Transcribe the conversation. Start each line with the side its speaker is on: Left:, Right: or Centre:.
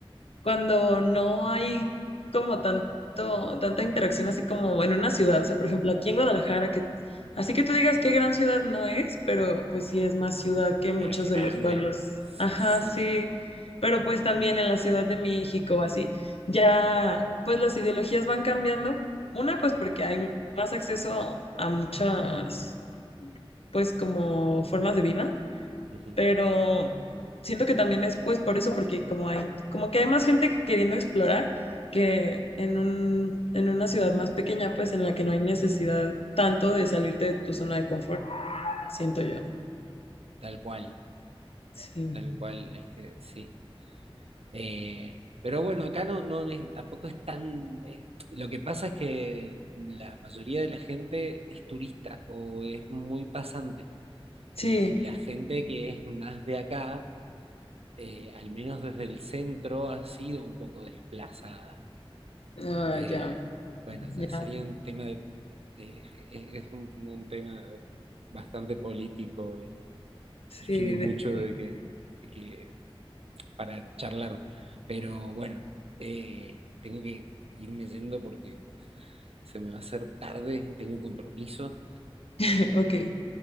Left: cuando no hay como tanto, tanta interacción así como en una ciudad. O sea, por ejemplo, aquí en Guadalajara, que así que tú digas qué gran ciudad no es, pero pues sí es más ciudad que muchos
Right: pero es grande,
Left: de los pueblos.
Right: sí,
Left: Ajá, sí. Pero pues también en la Ciudad de México, así, ya pues las ideologías van cambiando. Una, pues porque hay más acceso a muchas, pues como formas de vida
Right: ujú,
Left: pero siento que también es pues por eso, porque como hay, como que hay más gente que- queriendo explorar que en un, en una ciudad más pequeña, pues en la que no hay necesidad tanto de salirte de tu zona de confort, siento yo.
Right: tal cual,
Left: Sí,
Right: tal cual, es que sí. Eh, pero bueno, acá no, no es- tampoco es tan... eh, lo que pasa es que la mayoría de la gente es turista o es muy pasante.
Left: sí,
Right: Y la gente que es más de acá, eh, al menos desde el centro, ha sido un poco desplazada.
Left: ah,
Right: Eh,
Left: ya,
Right: bueno, ya
Left: ya,
Right: sería un tema de... eh, es es un, un tema bastante político y,
Left: sí,
Right: y tiene mucho
Left: de que-
Right: de que, de que para charlar. Pero bueno, eh, tengo que irme yendo porque se me va a hacer tarde, tengo un compromiso.
Left: <laughs> ok,